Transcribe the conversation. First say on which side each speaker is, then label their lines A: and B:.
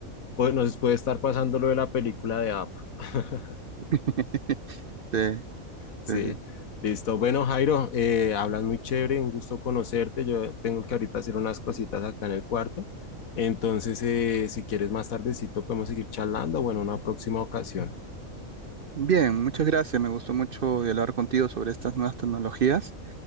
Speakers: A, on the left; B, on the right.
A: pues nos puede estar pasando lo de la película de App. <laughs>
B: <laughs> Sí,
A: Sí,
B: sí, sí.
A: listo. Bueno, Jairo, eh, hablas muy chévere, un gusto conocerte. Yo tengo que ahorita hacer unas cositas acá en el cuarto. Entonces, eh, si quieres más tardecito, podemos seguir charlando. Bueno, una próxima ocasión.
B: Bien, muchas gracias. Me gustó mucho dialogar contigo sobre estas nuevas tecnologías